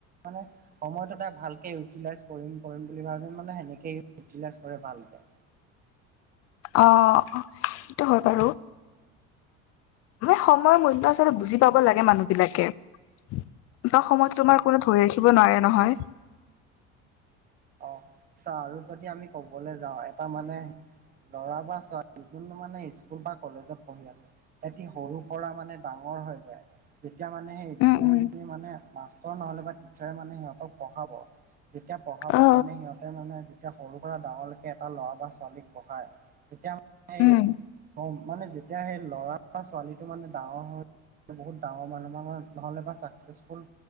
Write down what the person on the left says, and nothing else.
অ সেইটো হয় বাৰু মানে সময়ৰ মূল্য আচলতে বুজি পাব লাগে মানুহবিলাকে দুটা সময়ত তোমাৰ কোনো ধৰি ৰাখিব নোৱাৰে নহয়
উম
উম
অ অ
উম